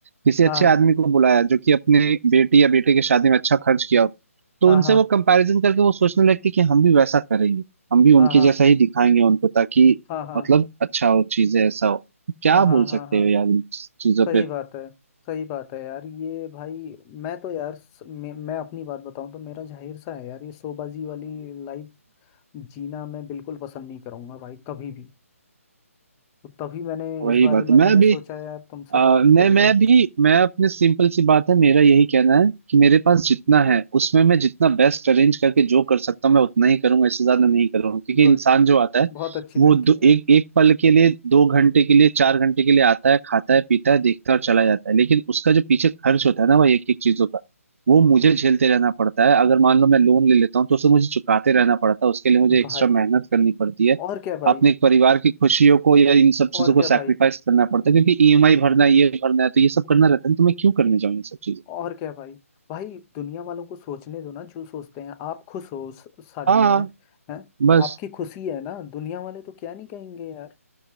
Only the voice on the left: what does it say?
हाँ
हाँ
हाँ
हाँ
हाँ
हाँ हाँ हाँ
हाँ हाँ
हाँ
हाँ
सही
बात है सही बात है यार ये भाई मैं तो यार स- मैं, मैं अपनी बात बताऊं तो मेरा जाहिर सा है यार ये शोबाजी वाली लाइफ जीना मैं बिल्कुल पसंद नहीं करूंगा भाई कभी भी तो तभी मैंने
इस बारे
में
मैंने
सोचा यार तुमसे
बात
कर लूं
गुड
बहुत अच्छी
थिंकिंग
है
भाई
और क्या भाई
और
क्या
भाई
और क्या भाई भाई दुनिया वालों को सोचने दो ना जो सोचते हैं आप खुश हो उस शादी
में हैं
आपकी खुशी है ना दुनिया वाले तो क्या नहीं कहेंगे यार